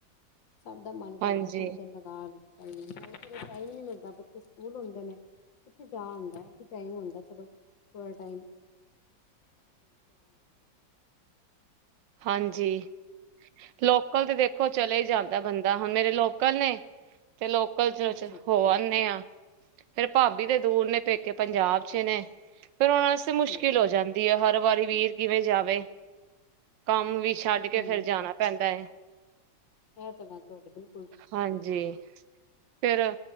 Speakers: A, on the left (about 80°); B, on the right (about 80°).
A: ਸਭ ਦਾ ਮਨ ਕਰਦਾ
B: ਹਾਂਜੀ
A: ਥੋੜੇ ਦਿਨ ਲਗਾ ਆਇਏ। ਟਾਈਮ ਹੀ ਨੀ ਮਿਲਦਾ ਬੱਚੇ ਸਕੂਲ ਹੁੰਦੇ ਨੇ ਕਿਥੇ ਜਾ ਹੁੰਦਾ ਆਹੀ ਟਾਈਮ ਹੁੰਦਾ ਚਲੋ ਥੋੜਾ ਟਾਈਮ
B: ਹਾਂਜੀ, ਲੋਕਲ ਤੇ ਦੇਖੋ, ਚਲੇ ਹੀ ਜਾਂਦਾ ਬੰਦਾ। ਹੁਣ ਮੇਰੇ ਲੋਕਲ ਨੇ। ਤੇ ਲੋਕਲ ਚ
A: ਅੱਛਾ ਅੱਛਾ
B: ਹੋ ਆਦੇ ਆ। ਫੇਰ ਭਾਬੀ ਦੇ ਦੂਰ ਨੇ, ਪੇਕੇ ਪੰਜਾਬ ਚ ਨੇੇ। ਫਿਰ ਆਉਣ ਵਾਸਤੇ ਮੁਸ਼ਕਿਲ
A: ਠੀਕ
B: ਹੋ ਜਾਂਦੀ ਹੈ ਹਰ ਹਰ ਵਾਰੀ ਵੀਰ ਕਿਵੇਂ ਜਾਵੇ? ਕੰਮ ਵੀ ਛੱਡ ਕੇ
A: ਹੂੰ
B: ਫਿਰ ਜਾਣਾ ਪੈਂਦਾ ਹੈ,
A: ਇਹ ਤਾਂ ਗੱਲ ਤੁਹਾਡੀ ਬਿਲਕੁਲ ਠੀਕ
B: ਹਾਂਜੀ। ਫੇਰ